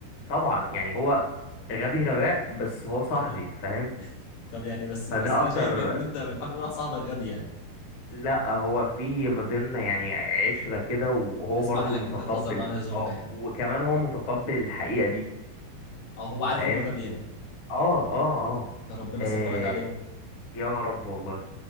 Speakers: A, on the left; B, on the left.
A: طبعا يعني هو غبي غباء بس هو صاحبي
B: <laughs>
A: فاهم
B: طب يعني بس بس
A: فده
B: انا
A: اكتر
B: شايف ان انت ما ينفعش تقول على صاحبك غبي يعني
A: لا هو في ما بيننا يعني عشرة كده وهو
B: اسمح
A: برضو
B: لك
A: متقبل
B: ان انت تهزر معاه الهزار
A: اه
B: ده يعني
A: وكمان هو متقبل الحقيقة دي
B: او هو عارف
A: فاهم
B: ان هو غبي يعني
A: اه اه اه
B: فربنا
A: آه،
B: صبرك عليه
A: يا رب والله